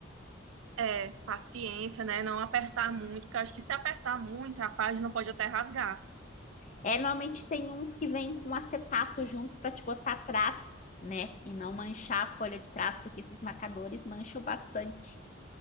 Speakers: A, on the right; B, on the left.
A: É, paciência, né? Não apertar muito, porque eu acho que se apertar muito, a página pode até rasgar.
B: É, normalmente tem uns que vêm com acetato junto para te botar atrás, né? E não manchar a folha de trás, porque esses marcadores mancham bastante.